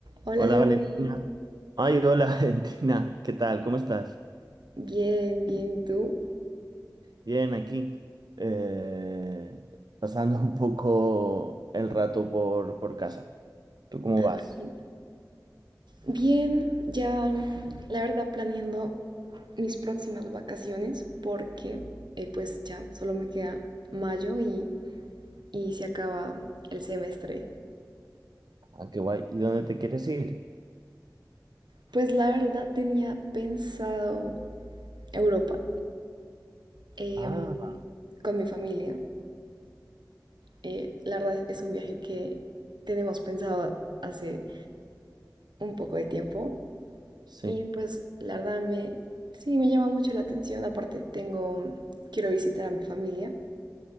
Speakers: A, on the right; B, on the right.
A: Hola
B: Hola
A: Jordi,
B: Valentina. Ay, hola <laughs> Valentina. ¿Qué tal? ¿Cómo estás?
A: bien, bien, ¿y tú?
B: Bien, aquí. Eh, pasando un poco el rato por, por casa. ¿Tú cómo
A: Ah,
B: vas?
A: bien. Bien, ya la verdad planeando mis próximas vacaciones porque eh, pues ya solo me queda mayo y, y se acaba el semestre.
B: Ah, qué guay. ¿Y dónde te quieres ir?
A: Pues la verdad tenía pensado Europa em,
B: Ah,
A: con mi familia. Eh, la verdad es un viaje que tenemos pensado hace un poco de tiempo
B: sí.
A: Y pues la verdad me, sí, me llama mucho la atención. Aparte tengo, quiero visitar a mi familia.